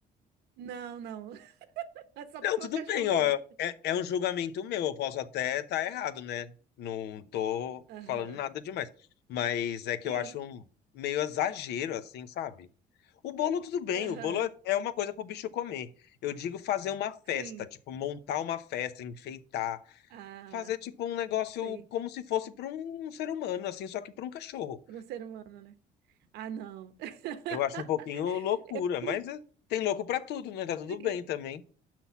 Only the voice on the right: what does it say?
não, não. <laughs> É só
porque
é um cachorro
meu.
Aham.
Sim.
Aham.
Sim.
Ah,
sei.
Para um ser humano, né? Ah, não. <laughs>
Fiz
Sim.